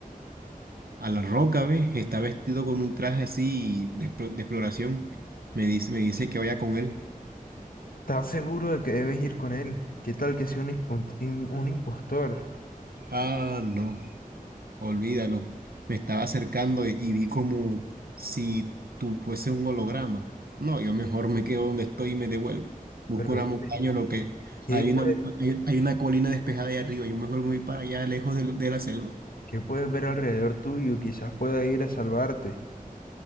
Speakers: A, on the right; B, on the left.
A: A la roca, ¿ves? Está vestido con un traje así de, explo- de exploración. Me dice, me dice que vaya con él.
B: ¿Estás seguro de que debes ir con él? ¿Qué tal que sea un, impun- un un impostor?
A: Ah, no, olvídalo. Me estaba acercando y, y vi como si tú fuese un holograma. No, yo mejor me quedo donde estoy y me devuelvo. Busco
B: Pero
A: una
B: dime,
A: montaña, lo que
B: ¿qué
A: hay
B: puedes,
A: una, hay, hay una colina despejada ahí arriba. Yo mejor me voy para allá, lejos del- de, la selva.
B: qué puedes ver alrededor tuyo? Quizás pueda ir a salvarte.